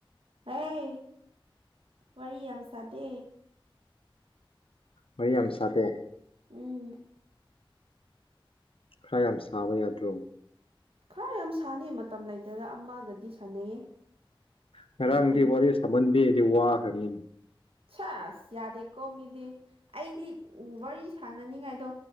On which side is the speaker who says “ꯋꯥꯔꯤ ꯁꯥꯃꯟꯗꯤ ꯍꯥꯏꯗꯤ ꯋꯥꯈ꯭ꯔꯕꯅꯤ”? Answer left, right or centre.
Left